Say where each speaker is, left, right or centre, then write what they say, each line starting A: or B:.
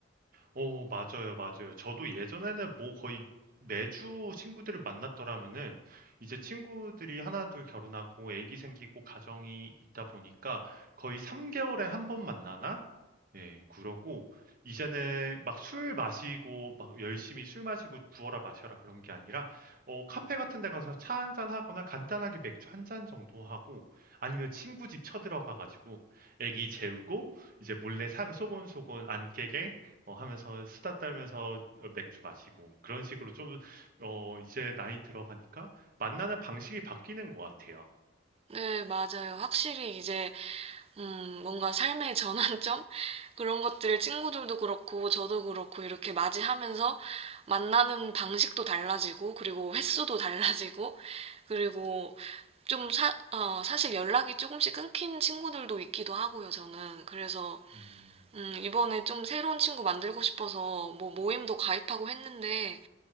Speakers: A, on the right; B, on the right.
A: 어, 맞아요, 맞아요. 저도 예전에는 뭐 거의 매주 친구들을 만났더라면은 이제 친구들이 하나 둘 결혼하고 애기 생기고 가정이 있다 보니까 거의 3개월에 한 번 만나나? 예, 그러고 이제는 막 술 마시고 막 열심히 술 마시고 부어라 마셔라 그런 게 아니라 어, 카페 같은 데 가서 차 한 잔 하거나 간단하게 맥주 한 잔 정도 하고 아니면 친구 집 쳐들어가 가지고 애기 재우고 이제 몰래 사, 소곤소곤 안 깨게 어, 하면서 수다 떨면서 맥주 마시고 그런 식으로 좀 어, 이제 나이 들어가니까 만나는 방식이 바뀌는 것 같아요.
B: 네, 맞아요. 확실히 이제 음, 뭔가 삶의 전환점? <laughs> 그런 것들을 친구들도 그렇고, 저도 그렇고, 이렇게 맞이하면서 만나는 방식도 달라지고, 그리고 횟수도 달라지고, 그리고 좀 사, 어, 사실 연락이 조금씩 끊긴 친구들도 있기도 하고요, 저는. 그래서,
A: 음.
B: 음, 이번에 좀 새로운 친구 만들고 싶어서 뭐 모임도 가입하고 했는데,